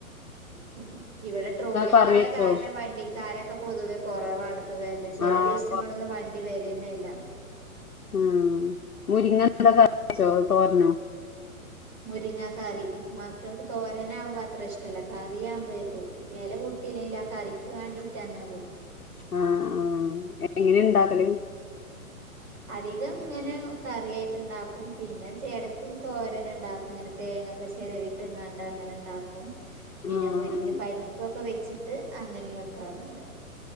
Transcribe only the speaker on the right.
ശരി ഇവിടെ ട്രോളിംഗായ
കാരണം വണ്ടിക്കാരൊക്കെ പൊതുവെ കുറവാണ് പ്പവര അല്ല ചില
ദിവസങ്ങളൊന്നും വണ്ടി വരന്നല്ല
മുരിങ്ങ കറി മക്കൾക്ക് തോരനാകുമ്പം അത്ര ഇഷ്ടല്ല കറിയാകുമ്പോ കൂട്ടും ഇല കൂട്ടില്ലെലും ആ കറിക്ക് വാണ്ടിട്ട് അങ്ങനെ കൂട്ടും
<inaudible> അധികം ങ്ങനെ കറിയായിട്ട് ണ്ടാക്കും പിന്നെ എടക്ക് തോരന്ണ്ടാക്കും ഇങ്ങനെ തേങ്ങ. ഒക്കെ ചേരിവിട്ട്ങ്ങാണ്ടങ്ങനെണ്ടാക്കും. പിന്നെ
മുരിങ്ങ പരിപ്പൊക്കെ വെച്ചിട്ട് അങ്ങനെയും വെക്കാറുണ്ട്.